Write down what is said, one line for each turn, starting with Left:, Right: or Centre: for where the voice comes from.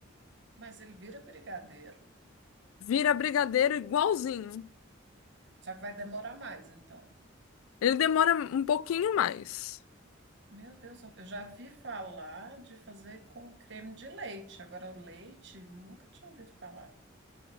Right: Mas ele vira brigadeiro.
Left: Vira brigadeiro igualzinho.
Right: Só que vai demorar mais, então.
Left: Ele demora um pouquinho mais.
Right: Meu Deus, eu já vi falar de fazer com creme de leite. Agora, leite, nunca tinha ouvido falar.